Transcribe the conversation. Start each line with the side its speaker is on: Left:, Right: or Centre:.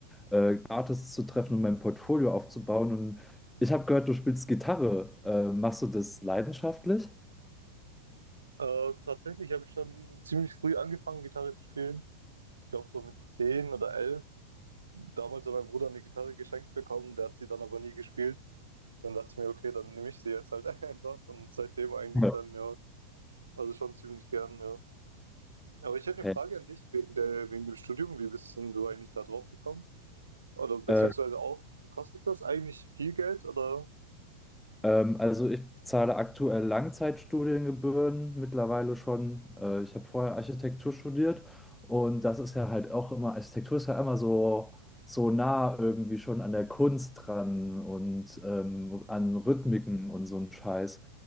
Centre: äh, Artists zu treffen und mein Portfolio aufzubauen. Und ich habe gehört, du spielst Gitarre. Äh, machst du das leidenschaftlich?
Right: Äh, tatsächlich habe ich schon ziemlich früh angefangen, Gitarre zu spielen. Ich glaube so mit 10 oder 11. Damals hat mein Bruder eine Gitarre geschenkt bekommen, der hat sie dann aber nie gespielt. Dann dachte ich mir, okay, dann nehme ich sie jetzt halt <laughs> einfach. Und seitdem eigentlich
Centre: Ja.
Right: dann, ja, also schon ziemlich gern, ja. Aber ich hätte eine
Centre: Hey.
Right: Frage an dich wegen der, wegen dem Studium. Wie bist denn du eigentlich da drauf gekommen? Oder beziehungsweise
Centre: äh,
Right: auch, kostet das eigentlich viel Geld oder?
Centre: Ähm, also ich zahle aktuell Langzeitstudiengebühren mittlerweile schon. Äh, ich habe vorher Architektur studiert und das ist ja halt auch immer, Architektur ist ja immer so, so nah irgendwie schon an der Kunst dran und ähm, an Rhythmiken und so ein Scheiß.